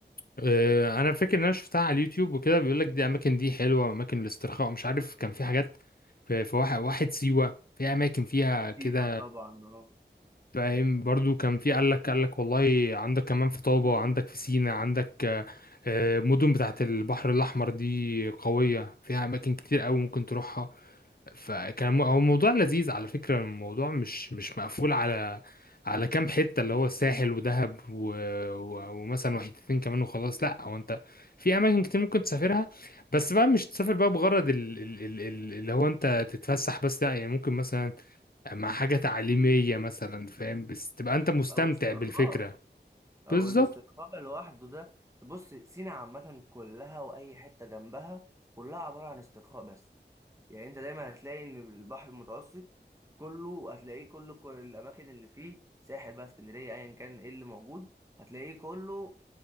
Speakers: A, on the left; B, on the right.
A: آه، انا فاكر ان انا شفتها على اليوتيوب وكده بيقول لك دي اماكن دي حلوه اماكن الاسترخاء مش عارف كان في حاجات في في واحد واحد سيوه في اماكن فيها كده
B: سيوة طبعا اه
A: فاهم برضو كان في قال لك قال لك والله عندك كمان في طابه عندك في سينا عندك آه، آه، مدن بتاعت البحر الاحمر دي قويه فيها اماكن كتير قوي ممكن تروحها فكان مو- هو موضوع لذيذ على فكرة الموضوع مش مش مقفول على على كام حتة اللي هو الساحل ودهب و... و... ومثلا وحيدتين كمان وخلاص لا هو انت في اماكن كتير ممكن تسافرها بس بقى مش تسافر بقى بغرض ال... ال... ال... ال- اللي هو انت تتفسح بس لا يعني ممكن مثلا مع حاجة تعليمية مثلا فاهم بس تبقى انت مستمتع
B: أو استرخاء
A: بالفكرة
B: أو
A: بالظبط
B: الاسترخاء لوحده ده بص سينا عامة كلها وأي حتة جنبها كلها عبارة عن استرخاء بس يعني انت دايما هتلاقي ان البحر المتوسط كله هتلاقيه كل كل الاماكن اللي فيه ساحل بقى اسكندريه ايا كان ايه اللي موجود هتلاقيه كله